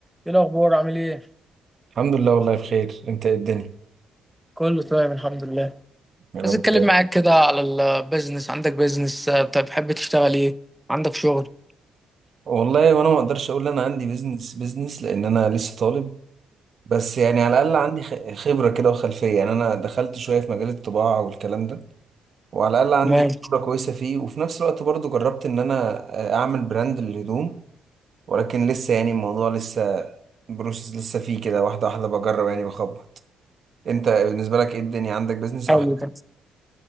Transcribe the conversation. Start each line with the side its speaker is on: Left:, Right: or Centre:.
Centre: ايه الاخبار عامل ايه
Right: الحمد لله والله بخير انت ايه الدنيا
Centre: كله تمام الحمد لله
Right: يا رب
Centre: عايز اتكلم
Right: دايما
Centre: معاك كده على البيزنس عندك بيزنس آه، طب بتحب تشتغل ايه عندك شغل
Right: والله وانا ما اقدرش اقول انا عندي بيزنس بيزنس لان انا لسه طالب بس يعني على الاقل عندي خ- خبره كده وخلفيه يعني انا دخلت شويه في مجال الطباعه والكلام ده وعلى الاقل
Centre: تمام
Right: عندي خبره كويسه فيه وفي نفس الوقت برضو جربت ان انا اعمل براند للهدوم ولكن لسه يعني الموضوع لسه بروسس لسه فيه كده واحده واحده بجرب يعني بخبط انت بالنسبه لك ايه الدنيا عندك بيزنس
Centre: حلو
Right: او حاجه
Centre: ده